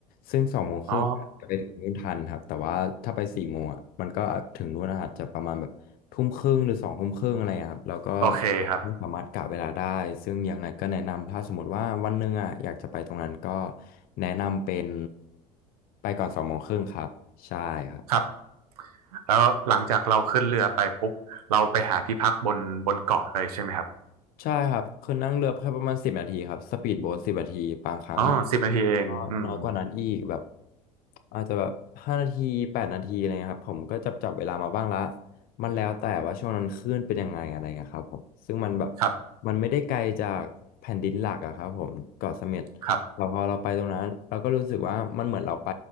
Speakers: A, on the left (about 50°); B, on the right (about 70°).
A: ซึ่งสองโมงครึ่งจะไปถึงนู่นทันครับแต่ว่าถ้าไปสี่โมงอ่ะมันก็ถึงนู่นอาจจะประมาณแบบทุ่มครึ่งหรือสองทุ่มครึ่งอะไรเงี้ยครับแล้วก็
B: อ๋อ โอเคครับ
A: ไม่สามารถกะเวลาได้ซึ่งยังไงก็แนะนำถ้าสมมติว่าวันหนึ่งอ่ะอยากจะไปตรงนั้นก็แนะนำเป็นไปก่อนสองโมงครึ่งครับใช่ครับ
B: ครับแล้วหลังจากเราขึ้นเรือไปปุ๊บเราไปหาที่พักบนบนเกาะเลยใช่ไหมครับ
A: ใช่ครับคือนั่งเรือแค่ประมาณสิบนาทีครับสปีดโบ๊ทสิบนาทีบางครั้งอะ
B: อ๋อสิบนาทีเองอืม
A: ก็น้อยกว่านั้นอีกแบบอาจจะแบบห้านาทีแปดนาทีอะไรเงี้ยครับผมก็จับจับเวลามาบ้างละมันแล้วแต่ว่าช่วงนั้นคลื่นเป็นยังไงอะไรเงี้ยครับผมซึ่งมันแบบ
B: ครับ
A: มันไม่ได้ไกลจากแผ่นดินหลักอะครับผมเกาะเสม็ด
B: ครับ
A: เราพอเราไปตรงนั้นเราก็รู้สึกว่ามันเหมือนเราไป